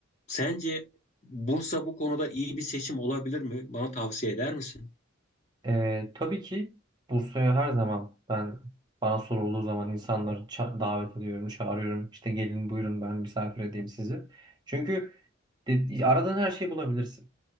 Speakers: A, on the left (about 35°); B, on the right (about 20°).
A: sence Bursa bu konuda iyi bir seçim olabilir mi? Bana tavsiye eder misin?
B: Ee, tabii ki Bursa'ya her zaman ben bana sorulduğu zaman insanları ça- davet ediyorum, çağırıyorum. İşte gelin buyurun ben misafir edeyim sizi. Çünkü de- aradığın her şeyi bulabilirsin.